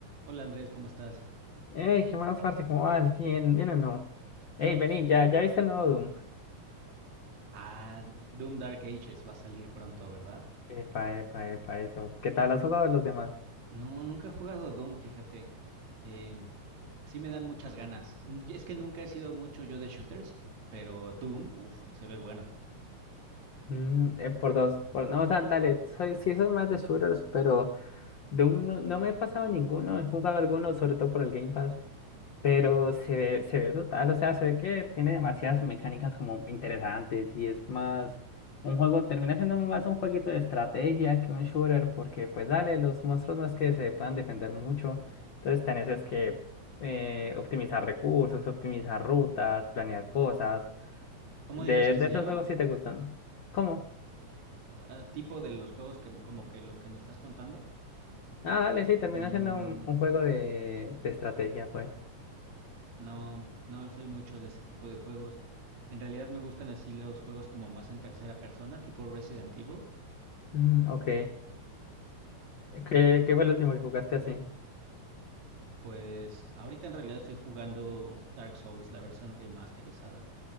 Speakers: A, on the right; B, on the left.
A: Hola Andrés, ¿cómo estás?
B: Ey, ¿qué más, parce? ¿Cómo vas? ¿Bien, bien o no? Ey, vení, ¿ya, ya viste el nuevo Doom?
A: Ah, Doom Dark Ages va a salir pronto, ¿verdad?
B: Epa, epa, epa, eso. ¿Qué tal has jugado los demás?
A: No, nunca he jugado Doom, fíjate. Em, sí me dan muchas ganas. Y Es que nunca he sido mucho yo de shooters, pero Doom, uff, se ve bueno.
B: Mm, eh, por dos. Por, no, o sea, dale, soy, sí soy más de shooters, pero Doom no, no me he pasado ninguno, he jugado algunos, sobre todo por el Game Pass. Pero se ve, se ve brutal, o sea, se ve que tiene demasiadas mecánicas como interesantes y es más un juego, termina siendo más un jueguito de estrategia que un shooter, porque pues dale, los monstruos no es que se puedan defender mucho, entonces tenés es que eh, optimizar recursos, optimizar rutas, planear cosas.
A: ¿Cómo
B: De,
A: dices que
B: de
A: se
B: estos
A: llama?
B: juegos sí te gustan. ¿Cómo?
A: Ah, tipo de los juegos que como que lo que me estás contando.
B: Ah, dale, sí, termina
A: Mm,
B: siendo un, un juego de, de estrategia, pues.
A: no, no soy mucho de ese tipo de juegos. En realidad me gustan así los juegos como más en tercera persona, tipo Resident Evil.
B: Mm, ok. ¿Qué, qué fue el último que jugaste así?
A: Pues ahorita en realidad estoy jugando Dark Souls, la versión remasterizada.